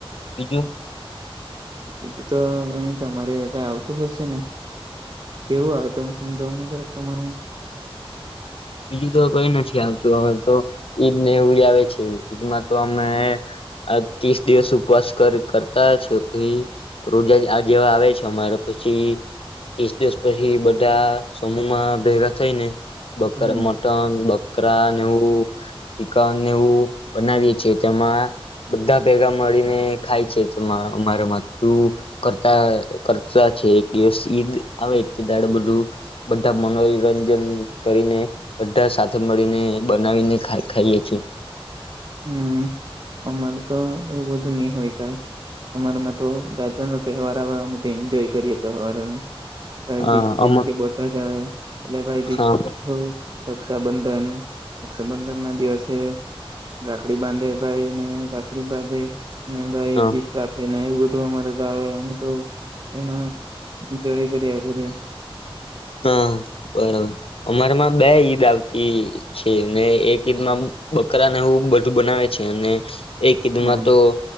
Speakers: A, on the left; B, on the right.
A: બીજું?
B: બીજું તો, અ તમારે કઈ આવતું હશે ને કેવું આવે તોમે સમજાવું નહી સરબ, તમારમાં
A: બીજું તો કઈ નથી, આવતું અ તો ઈદ ને એવું આવે છે. ઈદમાં તો અમે આ ત્રીસ દિવસ ઉપવાસ કર કરતા છે, પછી રોઝા આ જેવા આવે છે, અમારે પછી ત્રીસ દિવસ પછી બધા માં ભેગા થઈ ને
B: હમ
A: કર મટન બ <unintelligible> કરા નેવું, ચિકન નેવુ બનાવીએ છે, તેમાં બધા, ભેગા મળીને ખાય છે, તેમાં અમારા માું કરતા કરતા છે. એક દિવસ ઈદ આવેડ બધું બધા મનોરંજન કરીને બધા સાથે મળીને બનાવીને ખાઈએીએ
B: હમ અમારું તો એવું બધું નહી હોય કઈ અમારામાં તો જા તહેવાર આવે અમે તો એન્જોય કરીએ. તહેવારોને ભાઈ
A: હા
B: બીજ જેમ
A: અમ
B: કે, બોટર એટલે ભાઈ બીચ
A: હા
B: હોય રક્ષાબંધન, સંબંધર ના દિવસે રાખડી બાંધે ભાઈ ને રાખડી બાંધે ને ભાઈ
A: હા
B: ગિફ્ટ આપે એવ બધું અમારે તો આવે અમે તો એમાં એન્જોય કર્યા કરી
A: હા, બરાબર અમારામાં બે ઈદ આવતી છે, ને એક ઈદમાં બકરાને એું બધું બનાવે છે અને એ કીધમાં
B: હમ
A: તો